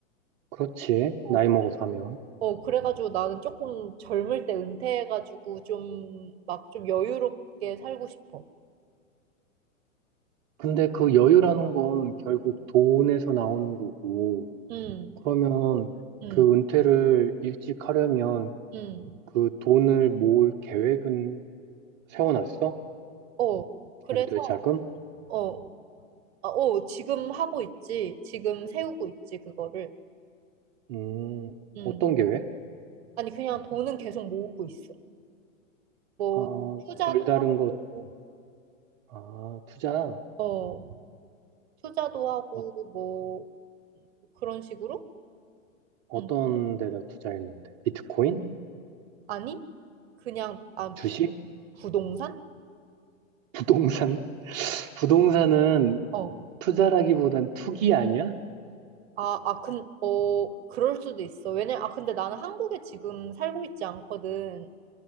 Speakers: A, on the right; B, on the right.
A: 그렇지.
B: 어,
A: 나이 먹어서 하면.
B: 어, 그래가지고 나는 조금 젊을 때 은퇴해가지고 좀, 막 좀 여유롭게 살고 싶어.
A: 근데 그 여유라는 건 결국 돈에서 나오는 거고,
B: 음.
A: 그러면
B: 음.
A: 그 은퇴를 일찍 하려면
B: 음.
A: 그 돈을 모을 계획은 세워놨어?
B: 어, 그래서,
A: 은퇴 자금?
B: 어, 아, 어, 지금 하고 있지. 지금 세우고 있지, 그거를.
A: 음,
B: 음.
A: 어떤 계획?
B: 아니, 그냥 돈은 계속 모으고 있어. 뭐,
A: 아,
B: 투자도
A: 별다른
B: 하고,
A: 것, 아, 투자?
B: 어, 투자도 하고,
A: 어,
B: 뭐, 그런 식으로?
A: 어떤
B: 음.
A: 데다 투자했는데? 비트코인?
B: 아니, 그냥, 아,
A: 주식?
B: 부, 부동산?
A: 부동산? <laughs> 부동산은
B: 어.
A: 투자라기보단 투기 아니야?
B: 아, 아, 근, 어, 그럴 수도 있어. 왜냐, 아, 근데 나는 한국에 지금 살고 있지 않거든.